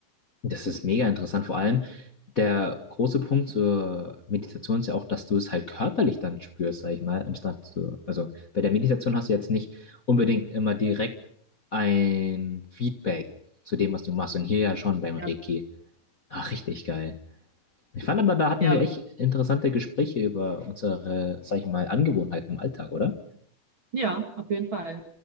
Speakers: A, on the left; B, on the right.
A: Das ist mega interessant. Vor allem der große Punkt zur Meditation ist ja auch, dass du es halt körperlich dann spürst, sag ich mal, anstatt so, also bei der Meditation hast du jetzt nicht unbedingt immer direkt ein Feedback zu dem, was du machst. Und hier ja schon beim Reiki.
B: Ja,
A: Ach, richtig geil. Ich fand aber, da hatten
B: ja,
A: wir echt interessante Gespräche über unsere, sag ich mal, Angewohnheiten im Alltag, oder?
B: ja, auf jeden Fall.